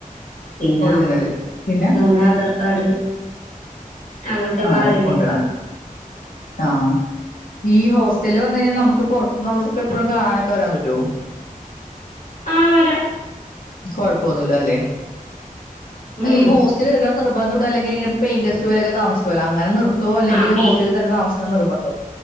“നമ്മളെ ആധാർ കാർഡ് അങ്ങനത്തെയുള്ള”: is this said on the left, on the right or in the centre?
Left